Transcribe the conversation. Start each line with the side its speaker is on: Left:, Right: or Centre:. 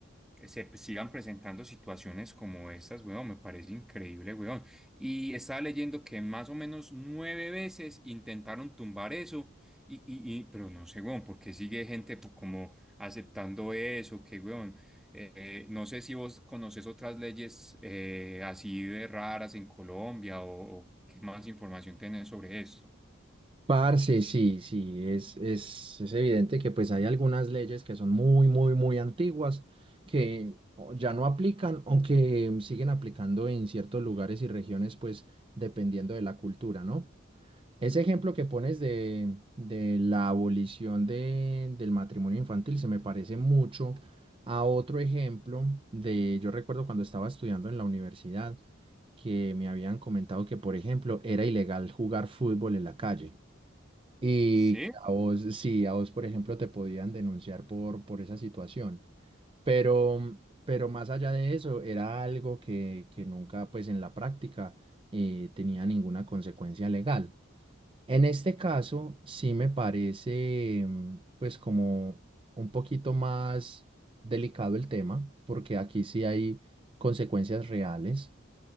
Centre: se sigan presentando situaciones como estas, weón, me parece increíble, weón. Y estaba leyendo que más o menos nueve veces intentaron tumbar eso, y, y, y- pero no sé, weón, porque sigue gente pues, como aceptando eso, que, weón. Eh, no sé si vos conoces otras leyes eh, así de raras en Colombia o, o qué más información tenés sobre esto.
Right: Parce, sí, sí, es, es, es evidente que pues hay algunas leyes que son muy, muy, muy antiguas que o, ya no aplican, aunque siguen aplicando en ciertos lugares y regiones, pues dependiendo de la cultura, ¿no? Ese ejemplo que pones de, de la abolición de- del matrimonio infantil se me parece mucho a otro ejemplo de, yo recuerdo cuando estaba estudiando en la universidad, que me habían comentado que, por ejemplo, era ilegal jugar fútbol en la calle. Y
Centre: Sí.
Right: que a vos, sí, a vos, por ejemplo, te podían denunciar por, por esa situación. Pero, pero más allá de eso, era algo que, que nunca, pues en la práctica, eh, tenía ninguna consecuencia legal. En este caso, sí me parece, mm, pues como un poquito más delicado el tema, porque aquí sí hay consecuencias reales